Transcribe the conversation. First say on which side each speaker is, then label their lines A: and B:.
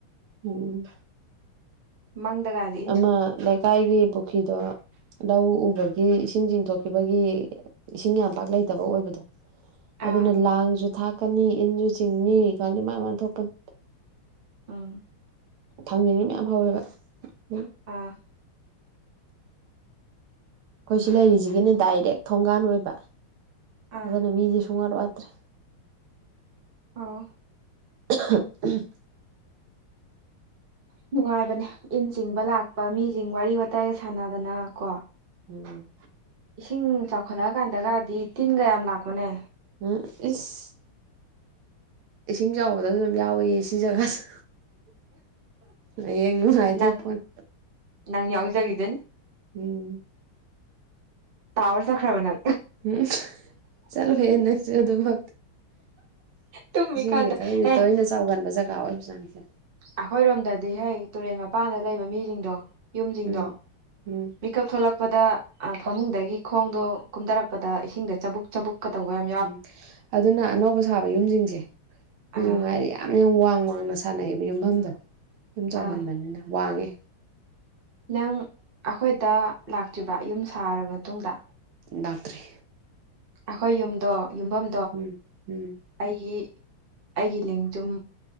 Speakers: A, on the right (about 75°); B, on the right (about 55°).
A: ꯎꯝ
B: ꯃꯪꯗꯒꯗꯤ
A: ꯑꯃ ꯂꯩꯀꯥꯏꯒꯤ ꯄꯨꯈ꯭ꯔꯤꯗꯣ ꯂꯧ ꯎꯕꯒꯤ ꯏꯁꯤꯡ ꯆꯤꯡꯊꯣꯛꯈꯤꯕꯒꯤ ꯏꯁꯤꯡ ꯌꯥꯝ ꯄꯥꯛ ꯂꯩꯇꯕ ꯑꯣꯏꯕꯗꯣ ꯑꯗꯨꯅ
B: ꯑꯥ
A: ꯂꯥꯡꯁꯨ ꯊꯥꯛꯀꯅꯤ ꯏꯟꯁꯨ ꯆꯤꯡꯅꯤ ꯈꯪꯗꯦ ꯃꯥꯥꯏ ꯃꯥꯥꯏ ꯊꯣꯛꯄꯅꯤ
B: ꯎꯝ
A: ꯊꯥꯡꯖꯅꯤꯡꯕ ꯌꯥꯝꯌꯥꯝ ꯍꯧꯋꯦꯕ ꯎ
B: ꯑꯥ
A: ꯑꯩꯈꯣꯏ ꯁꯤ ꯂꯩꯔꯤꯁꯤꯒꯤꯅꯦ ꯗꯥꯏꯔꯦꯛ ꯊꯣꯡꯒꯥꯟ ꯑꯣꯏꯕ
B: ꯑꯥ
A: ꯑꯗꯨꯅ ꯃꯤꯗꯤ ꯁꯨꯡꯋꯥꯠ ꯋꯥꯠꯇ꯭ꯔꯦ꯫
B: ꯑꯣ
A: <unintelligible>
B: ꯅꯨꯡꯉꯥꯏꯕꯅꯦ ꯏꯟ ꯆꯤꯡꯕ ꯂꯥꯛꯄ ꯃꯤꯁꯤꯡ ꯋꯥꯔꯤ ꯋꯥꯇꯥꯏꯒ ꯁꯥꯟꯅꯗꯅ ꯀꯣ
A: ꯎꯝ
B: ꯏꯁꯤꯡ ꯆꯥꯎꯈꯠꯂꯛꯑꯀꯥꯟꯗꯒꯗꯤ ꯇꯤꯟꯒ ꯌꯥꯝ ꯂꯥꯛꯄꯅꯦ꯫
A: ꯎꯝ ꯏꯁ ꯏꯁꯤꯡ ꯆꯥꯎꯕꯗꯁꯨ ꯑꯗꯨꯝ ꯌꯥꯎꯏꯤ ꯁꯤ ꯖꯒꯥꯁꯨ ꯍꯌꯦꯡ ꯅꯨꯡꯉꯥꯏꯗꯣꯏ
B: ꯅꯪ
A: ꯄꯣꯠ
B: ꯅꯪ ꯌꯥꯎꯖꯒꯗꯦꯅꯦꯅꯤ꯫
A: ꯎꯝ
B: ꯇꯥꯋꯔ ꯆꯈ꯭ꯔꯕ ꯅꯪ
A: ꯎꯝ ꯆꯜ ꯐꯦꯔꯟꯅꯁꯨ ꯑꯣꯗꯣ ꯃ
B: ꯇꯨꯝꯃꯤꯀꯥꯟꯗ
A: ꯏꯁꯤꯡꯗꯤ ꯈꯔꯗꯤ
B: ꯑꯦ
A: ꯇꯣꯏꯅ ꯆꯥꯎꯒꯟꯕ ꯖꯒꯥ ꯑꯣꯏꯕꯥꯅꯤꯁꯦ꯫
B: ꯑꯩꯈꯣꯏꯔꯣꯝꯗꯗꯤ ꯍꯦꯛ ꯇꯨꯔꯦꯟ ꯃꯄꯥꯟꯗ ꯂꯩꯕ ꯃꯤꯁꯤꯡꯗꯣ ꯌꯨꯝꯁꯤꯡꯗꯣ
A: ꯎꯝ ꯎꯝ
B: ꯀꯞ ꯊꯣꯛꯂꯛꯄꯗ ꯐꯃꯨꯡꯗꯒꯤ ꯈꯣꯡꯗꯣ ꯀꯨꯝꯊꯔꯛꯄꯗ ꯏꯁꯤꯡꯗ ꯆꯕꯨꯛ ꯆꯕꯕꯨꯛꯀꯥꯕ
A: ꯎꯝ ꯑꯗꯨꯅ ꯑꯅꯧꯕ ꯁꯥꯕ ꯌꯨꯝꯁꯤꯡꯁꯦ꯫ ꯁꯤꯁꯨ
B: ꯑꯥ
A: ꯉꯥꯏꯔꯦ ꯌꯥꯝ ꯌꯥꯝ ꯋꯥꯡ ꯋꯥꯡꯅ ꯁꯥꯟꯅꯩꯑꯕ ꯌꯨꯝꯐꯝꯗꯣ ꯌꯨꯝ ꯆꯥꯎꯍꯟꯕꯅꯤꯅ
B: ꯑꯥ
A: ꯋꯥꯡꯉꯦ꯫
B: ꯅꯪ ꯑꯩꯈꯣꯏꯗ ꯂꯥꯛꯇ꯭ꯔꯤꯕ ꯌꯨꯝ ꯁꯥ ꯃꯇꯨꯡꯗ
A: ꯗꯥꯛꯇꯔꯔꯤ꯫
B: ꯑꯩꯈꯣꯏ ꯌꯨꯝꯗꯣ ꯌꯨꯝꯐꯝ
A: ꯎꯝ ꯎꯝ
B: ꯑꯩꯒꯤ ꯑꯩꯒꯤ ꯂꯦꯡ ꯁꯨꯝ